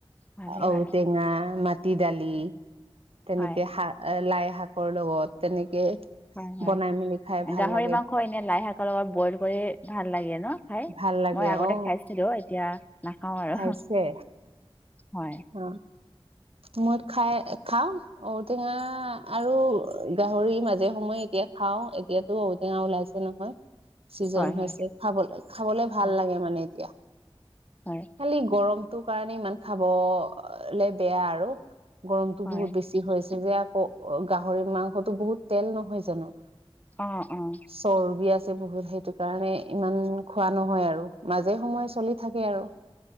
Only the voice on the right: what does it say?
ঔটেঙা,
মাটি দালি। তেনেকে
শাক এ লাই শাকৰ লগত তেনেকে
বনাই মেলি খাই ভাল
লাগে
ভাল লাগে
অ
খাইছে
অ। মদ খাই খাও ঔটেঙা আৰু গাহৰি মাজে সময়ে এতিয়া খাও এতিয়াতো ঔটেঙা ওলাইছে নহয় চিজন
হৈছে
খাব খাবলে ভাল
লাগে মানে এতিয়া।
খালি গৰমটো কাৰণে ইমান খাবলে বেয়া আৰু গৰমটো
বহুত বেছি হৈ হৈছে যে আকৌ গাহৰি মাংসতো বহুত তেল নহয় জানো
চৰ্বি আছ ছে বহুত সেইটো কাৰণে ইমান খোৱা নহয় আৰু মাজে সময় চলি থাকে আৰু